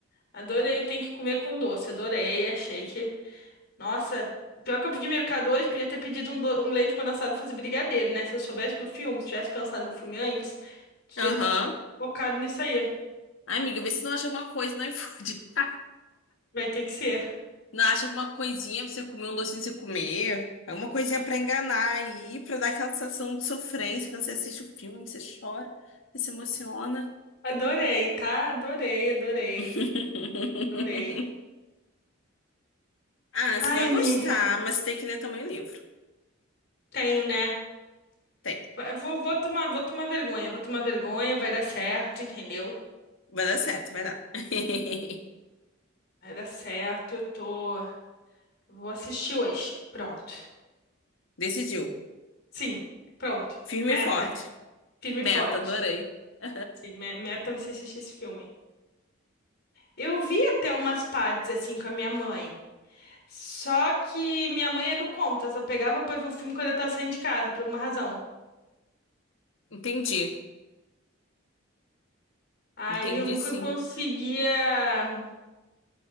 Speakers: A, on the left (about 55°); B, on the left (about 70°).
A: Adorei, tem que comer com doce. Adorei, achei que. Nossa, pior que eu pedi mercado hoje, podia ter pedido um, do- um leite condensado pra fazer brigadeiro, né? Se eu soubesse do filme, se tivesse pensado no filme antes, tinha
B: Aham.
A: focado nisso aí.
B: Ai, amiga, vê se não acha alguma coisa no iFood. <laughs>
A: Vai ter que ser.
B: Não acha alguma coisinha pra você comer, um docinho pra você comer. Alguma coisinha pra enganar aí, pra dar aquela sensação de sofrência quando você assiste o filme, você chora, você se emociona.
A: Adorei, tá? Adorei, adorei,
B: <laughs>
A: adorei.
B: Ah,
A: Ai,
B: você vai
A: amiga,
B: gostar, mas você tem que ler também o livro.
A: tenho, né?
B: Tem.
A: Vai- Vou, vou tomar, vou tomar vergonha, vou tomar vergonha, vai dar certo, entendeu?
B: Vai dar certo, vai dar. <laughs>
A: Vai dar certo, eu tô. Vou assistir hoje. Pronto.
B: Decidiu.
A: Sim, pronto.
B: Firme
A: Meta.
B: e forte.
A: Firme
B: Meta,
A: e forte.
B: adorei. <laughs>
A: Sim, me- meta vai ser assistir esse filme. Eu vi até umas partes assim com a minha mãe. Só que minha mãe é do contra, só pegava pra ver o filme quando eu tava saindo de casa, por alguma razão.
B: Entendi.
A: Aí
B: Entendi,
A: eu nunca
B: sim.
A: conseguia.